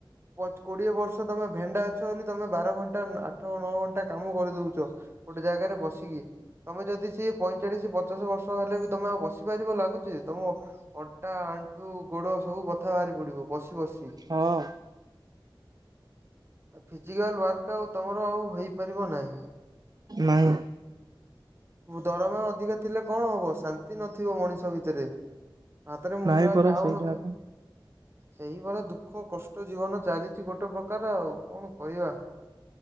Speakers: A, on the right (about 30°); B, on the right (about 50°).
A: ପଚ୍ କୋଡିଏ ବର୍ଷ ତମେ ଭେଣ୍ଡା ଅଛ ବୋଲି ତମେ ବାର ଘଣ୍ଟା ଆଠ ନଅ ଘଣ୍ଟା କାମ କରି ଦଉଚ ଗୋଟେ ଜାଗାରେ ବସିକି। ତମେ ଯଦି ସିଏ ପଇଁଚାଳିଶ ପଚାଶ ବର୍ଷ ହେଲେ ବି ତମେ ଆଉ ବସି ପାରିବ ଲାଗୁଚି, ତମ ଅଣ୍ଟା, ଆଣ୍ଠୁ, ଗୋଡ ସବୁ ବଥା ବାହାରି ପଡିବ। ବସି ବସି
B: ହଁ
A: ଆ ଫି ଫିଜିକାଲ୍ ୱାର୍କ ଆଉ ତୁମର ଆଉ ହୋଇପାରିବ ନାହିଁ।
B: ନାଇଁ।
A: ଦରମା ଅଧିକ ଥିଲେ କଣ ହବ? ଶାନ୍ତି ନଥିବ ମଣିଷ ଭିତରେ। ହାତରେ ମୁଠାଏ
B: ନାହିଁ ପରା
A: ଖାାଉନଥିବ
B: ସେଇଟା ଏକା
A: ସେଇଭଳିଆ ଦୁଃଖ କଷ୍ଟ ଜୀବନ ଚାଲିଚି ଗୋଟେ ପ୍ରକାର ଆଉ କଣ? କରିବା,